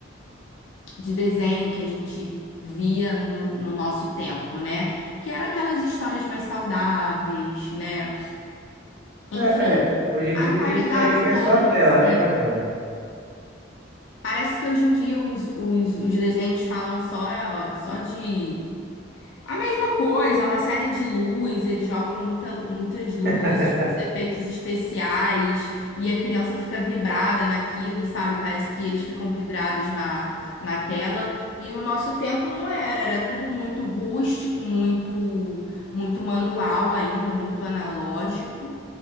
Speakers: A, on the left; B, on the right.
A: de desenho que a gente via no, no nosso tempo, né? Que eram aquelas histórias mais saudáveis, né? Enfim,
B: É, hoje em
A: a
B: dia
A: qualidade
B: a gente sabe que é
A: toda
B: só tela,
A: em si.
B: né, Camila?
A: Parece que hoje em dia os, os, os desenhos falam só, só de A mesma coisa, é uma série de luz, eles jogam muita, muitas luzes,
B: <laughs>
A: muitos efeitos especiais, e a criança fica vibrada naquilo, sabe? Parece que eles ficam vidrados na, na tela. E no nosso tempo não era, era tudo muito rústico, muito, muito manual ainda, muito analógico.